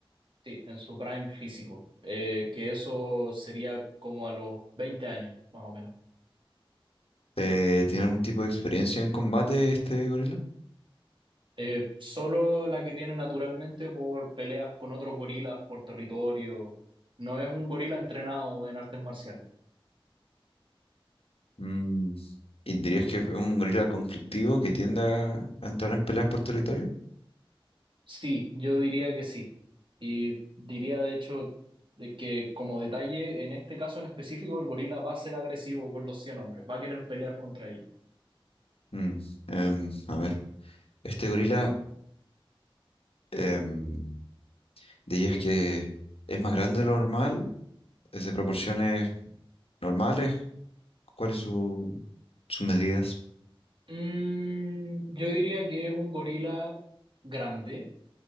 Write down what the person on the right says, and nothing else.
Sí, en su prime físico, eh, que eso sería como a los 20 años, más o menos.
Eh, solo la que tiene naturalmente por peleas con otros gorilas por territorio. No es un gorila entrenado en artes marciales.
Sí, yo diría que sí. Y diría de hecho de que como detalle, en este caso en específico, el gorila va a ser agresivo con los 100 hombres, va a querer pelear contra ellos.
Mm, yo diría que es un gorila grande